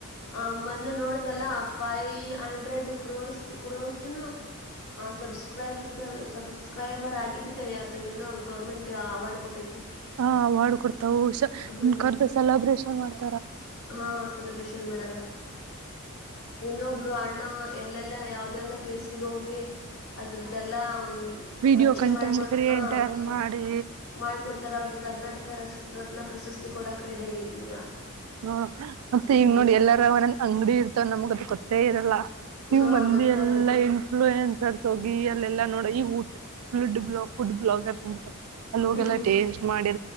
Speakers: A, on the left; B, on the right.
A: ಆ ಮೊನ್ನೆ ನೋಡಿದೆಲ್ಲ ಫೈವ್ ಹಂಡ್ರೆಡ್ ಕ್ರೋರ್ಸ್ ಕ್ರೋರ್ಸ್ನು ಆ ಸಬ್ಸ್ಕ್ರೈಬರ್ ಸರ್ ಸಬ್ಸ್ಕ್ರೈಬರ್ ಆಗಿದ್ ಕೈ ಇ ಏನೋ ಗೌರ್ಮೆಂಟ್ ಅವಾರ್ಡ್ ಕೊಟ್ಟೈತಿ
B: ಹಾ ವಾಡ್ಕ ಕೊಡ್ತಾವಷ
A: ಹ್ಮ್
B: ಕರ್ದು ಸೆಲೆಬ್ರೇಷನ್ ಮಾಡ್ತ
A: ಹಾ ಸೆಲೆಬ್ರಷನ್ ಮಾಡಾರ ಇನ್ನೊಬ್ರು ಅಣ್ಣ ಎಲ್ಲೆಲ್ಲಾ ಯಾವ್ದ ಯಾವ್ದ ಪ್ಲೇಸಿಗೆ ಹೋಗಿ ಅದ್ರ್ದೆಲ್ಲಾ
B: ವಿಡಿಯೋ
A: ಪರಿಚಯ
B: ಕಂಟೆಂಟ್
A: ಮಾಡ್ಕೊ
B: ಕ್ರಿಯೇಟರ್
A: ಹ
B: ಮಾಡಿ
A: ಮಾಡಕೊಡ್ತಾರ ಅವ್ರಿಗೆ ಕರ್ನಾಟಕ ರ ರತ್ನ ಪ್ರಶಸ್ತಿ ಕೊಡಕ್ ಕ್ರೆಡಿ ಆಗೈತಿ ಈಗ
B: ನೋಡು, ಮತ್ ಈಗ್
A: ಹ್ಮ್
B: ನೋಡ್ ಎಲ್ಲಾರ ಮನ ಅಂಗ್ಡಿ ಇರ್ತವ ನಮ್ಗದ್ ಗೊತ್ತೇ ಇರಲ್ಲ ನೀವ್
A: ಹಾ
B: ಮಂದಿ
A: ಗೊತ್ತೇ
B: ಎಲ್ಲಾ
A: ಇರಂಗಿಲ್ಲ
B: ಇನ್ಫ್ಲೂಯೆನ್ಸರ್ಸ್ ಹೋಗಿ ಅಲ್ಲೆಲ್ಲಾ ನೋಡ ಈ <unintelligible> ಫುಡ್ ಬ್ಲಾಗರ್ಸ್ ಅಂತ ಅಲ್ಲೊಗ್
A: ಹ್ಮ್
B: ಎಲ್ಲ ಟೇಸ್ಟ್ ಮಾಡಿ